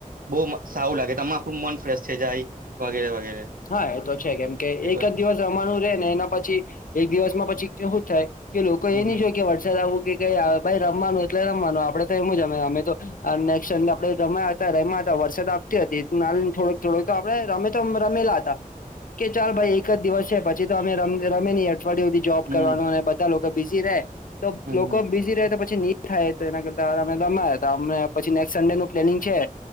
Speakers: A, on the right; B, on the left.
A: બહુ સવું લાગે તમે આપણું મન ફ્રેશ છે જાય વગેરે વગેરે
B: હા એ તો છે કેમ કે
A: એ તો
B: એક જ
A: છે
B: દિવસ રમાનું રે ને એના પછી એક દિવસમાં પછી કેવું થાય. કે લોકો
A: હમ
B: એ નહી જોય કે વરસાદ આવવું કે ક ભાઈ રમવાનું એટલે રમવાનું આપડે તો એમું જમે અમે તો નેક્ આપડે ર્યા હતા ર્યા હતા વરસાદ આવતી હતી ના થોડક થોક આપણે રમે તો રમેલા હતા કે ચાલ ભાઈ એક જ દિવસ છે પછી તો અમે ર રમે ન અઠવાડિય. જોબ
A: હમ
B: કરવાનું અને બધા લોકો બિઝી રહે તો
A: હમ
B: લોકો બીઝી રહે તો પછી ની થાય તો એના દ પછી નેક્સ્ટ સન્ડે નું પ્લેનિંગ છે.